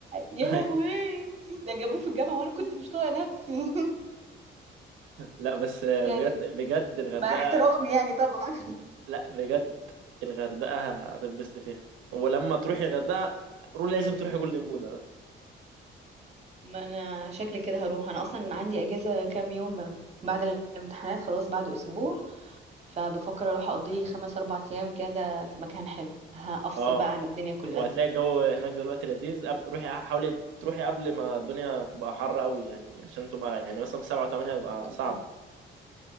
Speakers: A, on the right; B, on the right.
A: يا
B: ايوه
A: لهوي ده جابوه في الجامعه وانا كنت مش طايقه نفسي <laughs>
B: لا بس بجد
A: يعني
B: بجد الغردقة
A: مع احترامي يعني طبعا
B: لا بجد الغردقة هتنبسط فيها ولما تروحي الغردقة روح لازم تروحي جولدن بودا ده.
A: ما انا شكلي كده هروح انا اصلا عندي اجازه كام يوم بعد الامتحانات خلاص بعد اسبوع فبفكر اروح اقضي لي خمس اربع ايام كده في مكان حلو هفصل
B: اه
A: بقى عن الدنيا كلها
B: وهتلاقي الجو هناك دلوقتي لذيذ قبل روحي حاولي تروحي قبل ما الدنيا تبقى حر قوي يعني عشان تبقى يعني مثلا في سبعة وثمانية يبقى
A: اوكي
B: صعبة